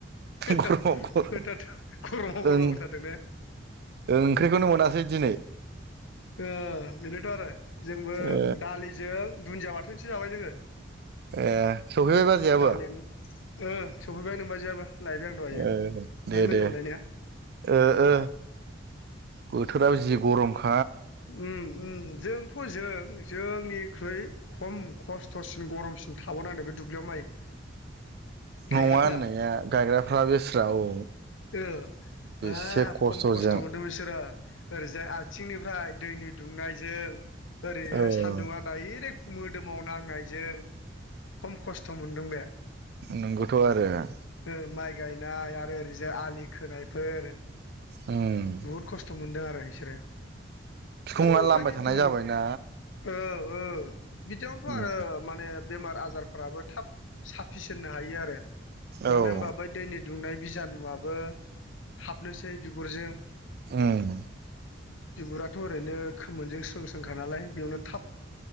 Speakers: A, on the left (about 80°); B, on the right (about 55°).
A: <unintelligible> होथारदों
B: गरमाव गर
A: गरमाव
B: ओं
A: गरम होथारदों ने
B: ओंख्रिखौनो मोनासै दिनै
A: ओ बेनोथ' आरो जोंबो
B: ओ
A: दालिजों दुन्दिया बाथोनसो जाबाय जोङो।
B: ए सफैबाय बाजैयाबो
A: दालि ओ सफैबाय नोमबाजैयाबो लायबाय आं दहायो
B: ए
A: नों
B: दे
A: लोगो
B: दे
A: मोनलायनाया
B: ओ ओ बोथोराव जि गरमखा
A: ओम ओम जोंथ' जों जोंनिख्रुइ खम खस्थ'सिन गरमसिन थाबावनांदों बे दुब्लियाव माइ गायग्राफोरा
B: नङा होननाया गायग्राफ्रा बेस्रा औ
A: ओ
B: बेसे
A: हाब
B: खस्थ'जों
A: खम खस्थ' मोनदों बिसोरो ओरैजाय आथिंनिफ्राय दैनि दुंनायजों ओरैहाय
B: औ
A: सान्दुंङा डायरेक्ट मोदोमाव नांनायजों खम खस्थ' मोनदों बे
B: नंगौथ' आरो
A: ओ माइ गायनाय आरो ओरैजाय आलि खोनायफोर
B: उम
A: बुहुद खस्थ' मोनदों आरो बिसोरो
B: बिखुङा
A: ओरैबायदि
B: लामबाय थानाय
A: दुं
B: जाबायना
A: ओ ओ बिदियावनोथ'
B: उम
A: आरो माने बेमार आजारफ्राबो थाब साफिसोननो हायो आरो
B: औ
A: मानो होमबा बै दैनि दुंनाय बिजानुआबबो हाबनोसै बिगुरजों
B: ओम
A: बिगुराथ' ओरैनो खोमोनजों स्रों स्रोंखा नालाय बेयावनो थाब